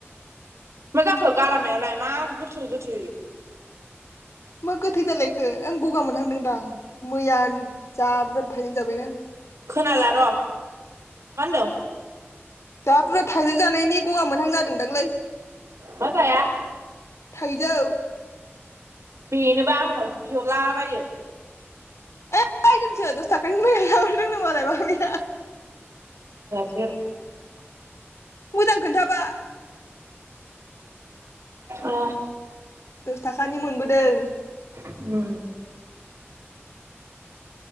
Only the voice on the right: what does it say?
मा जाखो गारामायालाय मा गोथै गोथै
खोनाला र' मा होनदों
मा जाया
बेनोबा आंनावसो बिहरलाबायो
जा
अ
उम